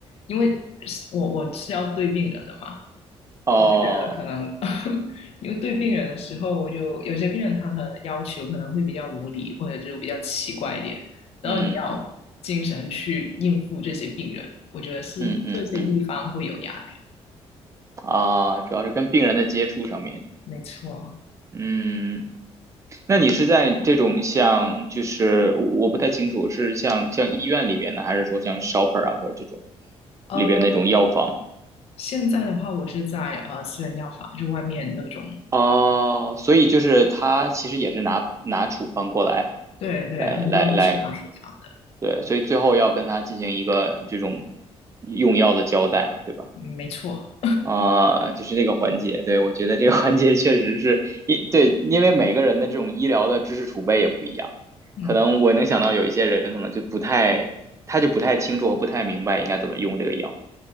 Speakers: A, on the left; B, on the right.
A: 因为是我我是要对病人的嘛，
B: <laughs> 哦，
A: 我就觉得可能 <laughs> 因为对病人的时候，我就有些病人他的要求可能会比较无理，或者就比较奇怪一点，然后你要精神去应付这些病人，
B: 嗯
A: 我觉得是这些地方会有压力，
B: 嗯嗯嗯，啊，主要是跟病人的接触上面，
A: 没错。
B: 嗯。那你是在这种像，就是我我不太清楚，是像像医院里边的，还是说像 shopper 啊，或者这种
A: 呃，
B: 里边那种药房？
A: 现在的话，我是在呃私人药房，就外面那种
B: 哦，所以就是他其实也是拿拿处方过来，
A: 对对，
B: 来来来，
A: 很多都是拿处方的，
B: 对，所以最后要跟他进行一个这种用药的交代，对吧？
A: 嗯没错。
B: 啊、就是这个环节，对，我觉得这个环节确实是一对，因为每个人的这种医疗的知识储备也不一样，
A: 嗯，
B: 可能我能想到有一些人可能就不太，他就不太清楚和不太明白应该怎么用这个药，